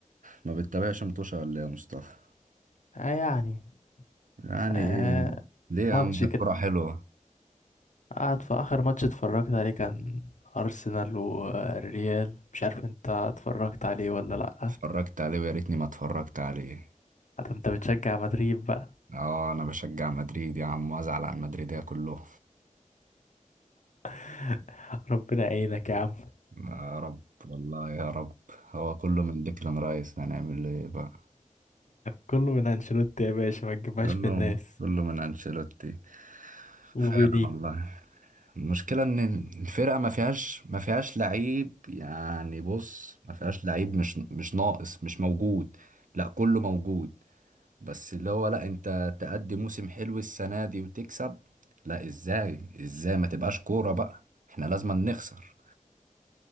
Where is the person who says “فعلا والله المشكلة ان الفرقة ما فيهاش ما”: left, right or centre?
Right